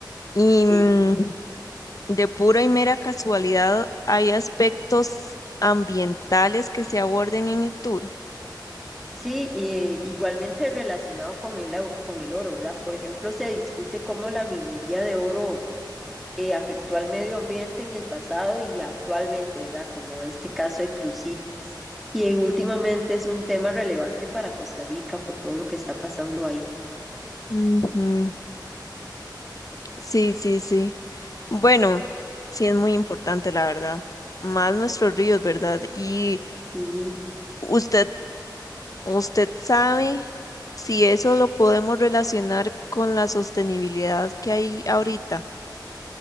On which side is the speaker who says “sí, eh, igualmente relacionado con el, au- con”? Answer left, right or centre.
Centre